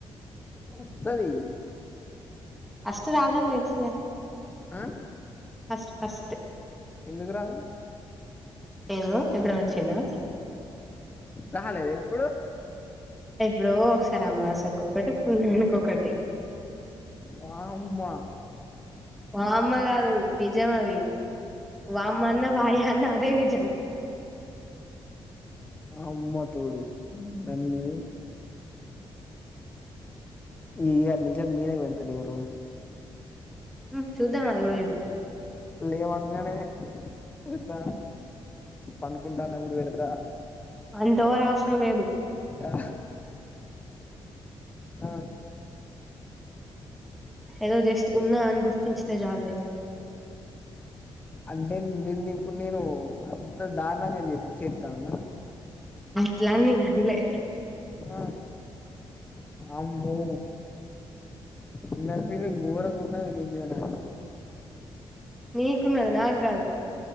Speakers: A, on the left; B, in the centre.
A: వస్తది
B: అష్ట రాదనీ తెల్సులే
A: ఆ
B: అస్ అస్ట
A: ఎందుకు రా
B: ఏమో ఎప్పుడైన్ వచ్చిందా
A: రాలేద ఎప్పుడు
B: ఎప్పుడో ఒకసారి అమావాస్య కి ఒకటి పున్నానికి ఒకటి
A: వామ్మ
B: అమ్మ కాదు నిజం అది వామ అన్న వాయ అన్న అదే ని చెం
A: అమ్మ తోడు నన్ను ఈ యాటినించెల్లి నేనే పెడతాలే ఇగా రోజు
B: ఉం చూద్దాం అది కూడా చూద్దాం
A: లేవంగానే పెడతా పండుకుంటాన్నప్పుడు పెడతా
B: అంత ఓవర్ అవసరం లేదు
A: ఆ ఆ
B: ఏదో జస్ట్ ఉన్నా అని గుర్తించితే చాళ్లే
A: అంటే నిన్ను ఇప్పుడు నేను అంత దారుణంగా చేత్తాననా
B: అట్లానీ నీన్ అన్లే
A: ఆ అమ్మో ఇన్నర్ ఫీలింగ్ ఘోరంగా ఉన్నది నీ మీద నాకు
B: నీకున్నది నాకు కాదు